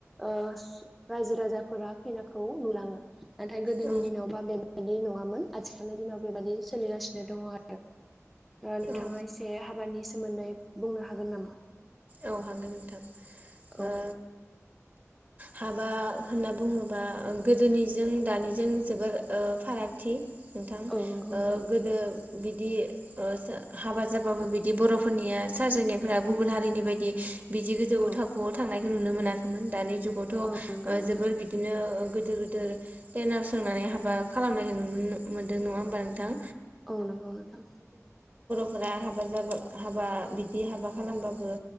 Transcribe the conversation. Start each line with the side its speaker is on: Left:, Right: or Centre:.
Centre: ओ सु रायजो राजाफोरा खैनाखौ नुलाङो नाथाय गोदोनि
Right: औ
Centre: दिनावबा बेबायदि नङा मोन आथिखालनि दिनाव बेबायादि सोलिगासिनो दङ दा नोंथाङा
Right: औ
Centre: एसे हाबानि सो मोन्दै बुंनो हागोन नामा?
Right: औ हागोन नोंथां
Centre: औ
Right: ओ हाबा होनना बुङोबा ओं गोदोनिजों दानिजों जोबोर ओ फारागथि नोंथां
Centre: औ नंगौ
Right: ओ
Centre: नोंथां
Right: गोदो बिदि ओ सो हाबा जाबाबो बिदि बर'फोरनिया साजायनायफोरा गुबुन हारिनि बायदि बिदि गोजौ
Centre: औ
Right: थाखोआव थांनाय नुनो मोनाखैमोन दानि जुगावथ' ओ
Centre: औ नंगौ नोंथां
Right: जोबोर बिदिनो ओ गोदोर गोदोर टेनाव सोंनानै हाबा खालामनायखौ नु नो मोनदों नङा होमबा नोंथां?
Centre: औ नोंगौ नोंथां
Right: <unintelligible> फ्रा हाबा जाबा हाबा बिदि हाबा खालामबाबो